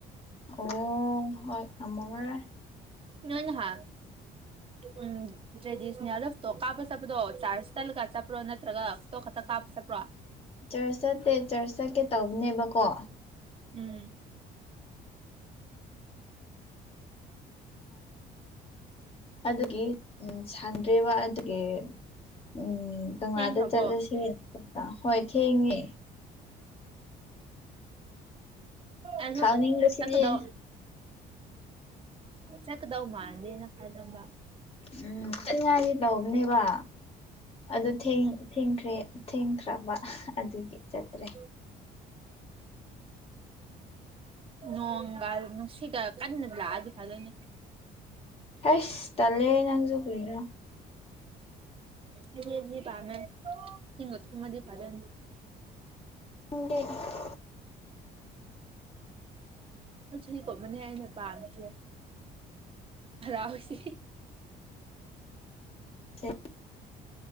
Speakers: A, on the left (about 35°); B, on the right (about 30°).
A: ꯑꯣ ꯍꯣꯏ ꯉꯃꯉꯔꯦ
B: ꯏ ꯍꯥ
A: <inaudible>
B: ꯎꯝ ꯇ꯭ꯔꯦꯗꯤꯁꯅꯤꯗ ꯐꯞ ꯇꯣ ꯀꯥꯄ ꯆꯞꯄꯗꯣ ꯆꯥꯁꯇꯜꯒ ꯆꯄ꯭ꯔꯣ ꯑꯣꯟ꯭ꯔꯒ ꯣ ꯈꯛꯇ ꯀꯥꯞꯄ ꯆꯠꯄ꯭ꯔꯣ
A: ꯆꯔꯆ ꯆꯠꯇꯦ ꯆꯔꯆ ꯆꯠꯀꯦ ꯇꯧꯕꯅꯦꯕꯀꯣ
B: ꯎꯝ
A: ꯑꯗꯨꯒꯤ ꯎ ꯁꯥꯡꯗ꯭ꯦꯔꯤꯕ ꯑꯗꯨꯒꯤ ꯎꯝ ꯀꯪꯂꯥꯗ
B: ꯊꯦꯡꯈ꯭ꯔꯕꯣ
A: ꯆꯠꯂꯁꯦꯅ ꯆꯄ ꯍꯣꯏ ꯊꯦꯡꯉꯦ
B: ꯑꯍ
A: ꯁꯥꯎꯅꯤꯡꯕꯁꯤꯗꯤ
B: ꯆꯥꯛꯀꯗ ꯆꯀꯗꯧ ꯃꯗꯦꯅ ꯀꯗꯝꯕ
A: ꯎꯝ ꯆꯠꯉꯥꯏꯁꯦ ꯇꯧꯕꯝꯅꯦꯕ ꯑꯗꯨ ꯊꯦꯡ ꯊꯈ꯭ꯔꯦ ꯊꯦꯡꯈ꯭ꯔꯕ ꯑꯗꯨꯒꯤ ꯆꯠꯇ꯭ꯔꯦ
B: ꯎꯝ ꯅꯣꯡꯒ ꯅꯨꯡꯁꯤꯠꯒ ꯀꯟꯅꯗꯤ ꯂꯥꯛꯑꯗꯤ ꯐꯥꯗꯣꯏꯅꯦ
A: ꯑꯁ ꯇꯂꯦ ꯅꯪꯖꯒꯂꯤꯅ
B: ꯍꯦ ꯍ ꯄꯥꯝꯃꯦ ꯊ ꯊꯨꯝꯃꯗꯤ ꯐꯥꯖ
A: ꯍꯦ
B: ꯆꯠꯁꯨ ꯀꯣꯃꯅꯤ ꯑꯩꯅ ꯄꯥꯝꯃꯤꯁꯦ ꯍꯔꯥꯎꯁ
A: ꯍ